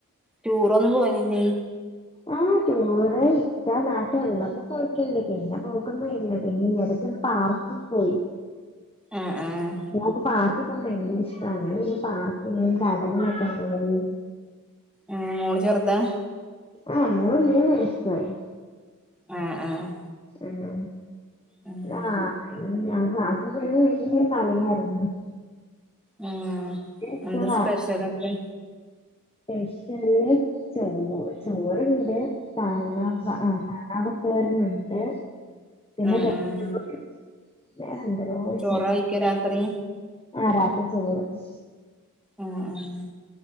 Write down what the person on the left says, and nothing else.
ആഹ് ടൂർ ഇക്ക നാട്ടി വന്നപ്പോ പോയിട്ടുണ്ട്. പിന്നെ പോക്കോന്നുല്ല <unintelligible> എടക്ക് പാർക്ക് പോയി.
ഞങ്ങക്ക് പാർ ഇൻക്കിപ്പൊ നല്ല ഇഷ്ട്ടാണ് <unintelligible> പാർക്കിലും കറങ്ങി നടക്കാനൊക്കെ പോയിരുന്നു.
ആഹ് മോൾ മൂന്ന് വയസ്സായി.
ഉം
<unintelligible>
ഭയങ്കര ഇഷ്ടവാ
സ്പെഷ്യല് ചോ ചോറ്ണ്ട്. കാണ്ണവ ആഹ് കാണവ തോരനുണ്ട് പിന്നെ
<unintelligible>
<unintelligible>
ആഹ് രാത്രി ചോറ് ഉം